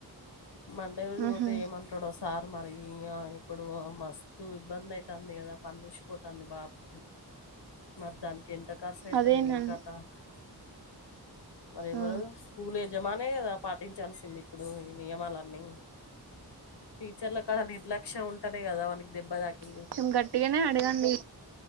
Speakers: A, on the left; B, on the right.
A: మండే రోజు
B: ఆహా
A: పోతే ఏమంట అక్కడో సార్ మరి ఇప్పుడు మస్తు ఇబ్బంది అవుతుంది కదా పన్ను ఊచిపోతుంది బబు మరి దానికి ఎంత ఖర్చు అవుతుంది
B: అదేనండి
A: ఇంక దానికి మరి ఎవరు
B: ఆ
A: స్కూల్ యజమానే కదా పాటించాల్సింది ఇప్పుడు ఈ నియమాలన్ని టీచర్ల కడ నిర్లక్ష్యం ఉంటనే కదా వానికి దెబ్బ తాకింది
B: కొంచెం గట్టిగానే అడగండి